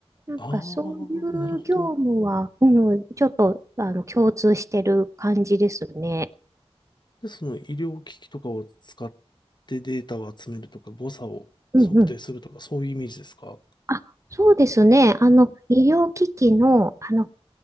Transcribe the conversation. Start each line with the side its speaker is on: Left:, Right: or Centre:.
Right: なんかそうい
Left: ああ、なるほど。
Right: う業務は、うん、ちょっとあの共通してる感じですね。
Left: で、その医療機器とかを使ってデータを集めるとか、誤差を測定するとか、
Right: うんうん。
Left: そういうイメージですか
Right: あ、そうですね。あの、医療機器の、あの、